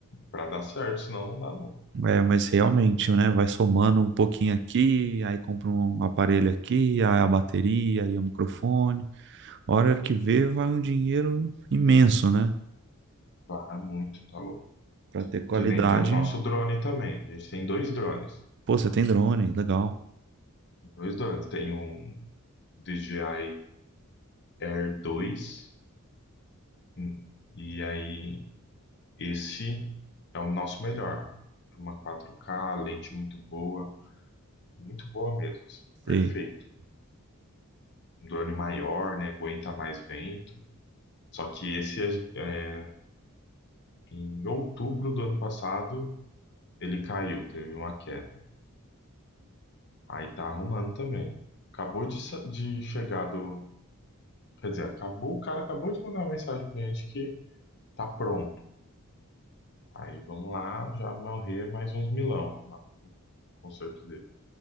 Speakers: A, on the left; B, on the right.
A: pra dar certo, senão não dá não.
B: É, mas realmente, né? Vai somando um pouquinho aqui, aí compra um aparelho aqui, aí a bateria, aí o microfone. Hora que vê, vai um dinheiro imenso, né?
A: Vai muito, tá louco.
B: Pra ter qualidade.
A: Que nem tem o nosso drone também. A gente tem dois drones.
B: Pô, você tem drone, legal.
A: Dois drones. Tem um DJI Air dois hum, E aí, esse é o nosso melhor. Uma 4K, lente muito boa. Muito boa mesmo, assim. Perfeito.
B: Sei,
A: Um drone maior, né? Aguenta mais vento. Só que esse, a gen- é, em outubro do ano passado, ele caiu, teve uma queda. Aí tá arrumando também. Acabou de, sa- de chegar do. Quer dizer, acabou, o cara acabou de mandar uma mensagem pro cliente que tá pronto. Aí vamos lá, já morrer mais uns milão na- no concerto dele.